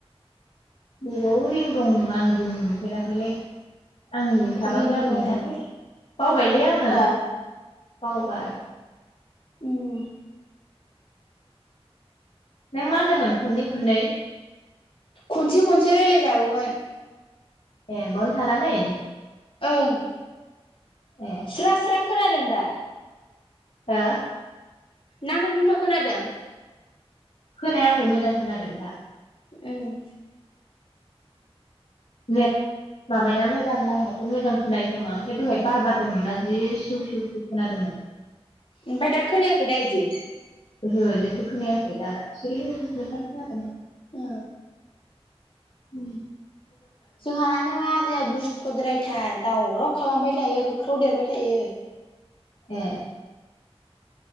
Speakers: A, on the left; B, on the left.
A: बबाव रिं दं आं रिं नुफेराखैलै आं थाबा
B: रिं
A: होआखैना
B: दङ हो
A: बावबायलै आङो
B: ओं
A: बावबाय
B: उम
A: नों मा होनदोंमोन खननै खननै
B: खनसे खनसे रायलायजाबावगोन
A: ए बावनो थानानै
B: ओं
A: ए
B: स्रा स्रा खोनादों दा
A: हा
B: नांथा नुंथा खोनादों
A: खोनायाखै मोजां खोनादों दा
B: उम
A: नेट माबाया मोजां नांबाथाय मोजां खोनायो खोमा ओमफ्राय दहाय बार बारदोंमोनना जि सिउ सिउ सिउ खोनादोंमोन।
B: ओमफाय दा खोनायाखै दा इदि
A: ओहो जेबो खोनायाखै दा सिरि मोथां खोनादों।
B: ओ
A: उम
B: जोंहानानो आजाया दुस्थ'द्रायथार दावराव खालामबाय थायो होख्राव देरबाय थायो।
A: ए